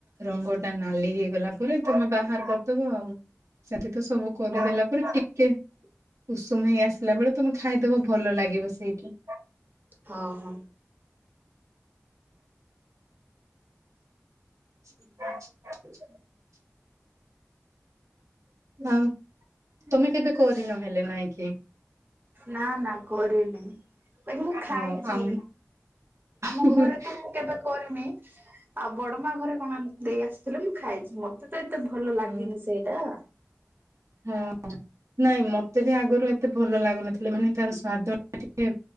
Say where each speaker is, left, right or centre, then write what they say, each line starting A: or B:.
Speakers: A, on the right; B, on the right.
A: ରଙ୍ଗଟା ନାଲି ହେଇଗଲା ପରେ ତମେ ବାହାର କରିଦବ ଆଉ। ସେଠି ତ ସବୁ କରିଦେଲା ପରେ ଟି କେ ଉଷୁମ ହେଇ ଆସିଲା ବେଳେ ତମେ ଖାଇଦବ ଭଲ ଲାଗିବ ସେଇଠି।
B: ହଁ ହଁ।
A: <inaudible> ଆଉ ତମେ କେବେ କରିନ ହେଲେ ନାଇ କିି।
B: ନା ନା କରିନି ବାକି ମୁଁ ଖାଇଛି
A: ହଁ ଆମ
B: ଆମ
A: ହଁ
B: ଘରେ ତ କେବେ କରିନି ଆଉ ବଡ ମା ଘରେ କଣ ଦେଇ ଆସିଥିଲେ ମୁଁ ଖାଇଛି। ମତେ ତ ଏତେ ଭଲ ଲାଗେନି
A: ହଁ
B: ସେଇଟା।
A: ହଁ ନାଇଁ ମତେ ବି ଆଗରୁ ଏତେ ଭଲ ଲାଗୁନଥିଲେ ମାନେ ତାର ସ୍ଵାଦ ଟା ଟିକେ